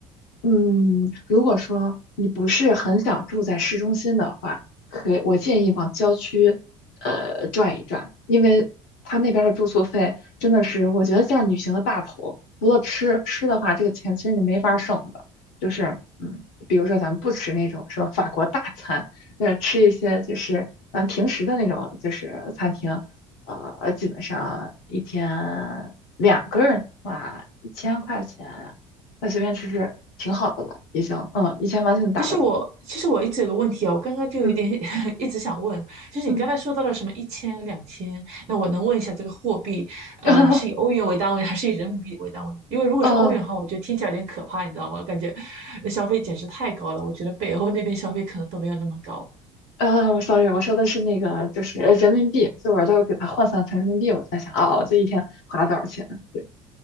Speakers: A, on the left (about 60°); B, on the right (about 40°).
A: 嗯，如果说你不是很想住在市中心的话，可以我建议往郊区，呃，转一转，因为他那边儿的住宿费真的是，我觉得占旅行的大头。除了吃，吃的话，这个钱其实你没法儿省的。就是，嗯，比如说咱们不吃那种什么法国大餐，那吃一些就是咱平时的那种就是餐厅，呃，基本上一天两个人的话，一千块钱。那随便吃吃，挺好的了，已经，嗯，以前完全打得住，
B: 其实我其实我一直有个问题啊，我刚刚就有点
A: 嗯
B: <laughs> 一直想问，就是你刚才说到了什么一千、
A: 嗯，
B: 两千，那我能问一下这个货币，
A: <laughs>
B: 呃，你是以欧元为单位还是以人民币为单位？因为如果是欧元的话，
A: 啊！
B: 我觉得听起来有点可怕，你知道吗？感觉那消费简直太高了，我觉得北欧那边消费可能都没有那么高。
A: 呃，sorry，我说的是那个就是呃人民币，所以我就给它换算成人民币，我在想，啊，我这一天花了多少钱？对，